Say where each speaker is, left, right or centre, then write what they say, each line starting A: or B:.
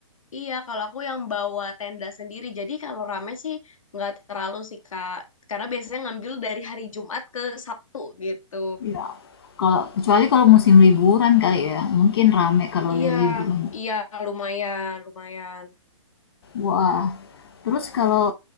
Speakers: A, on the left (about 90°); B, on the left (about 50°).
A: iya kalau aku yang bawa tenda sendiri. Jadi kalau rame sih nggak terlalu sih Kak. Karena biasanya ngambil dari hari Jumat ke Sabtu gitu.
B: Iya. Kalau kecuali kalau musim liburan kali ya, mungkin rame kalau
A: Iya,
B: lagi liburan.
A: iya lumayan, lumayan.
B: Wah. Terus kalau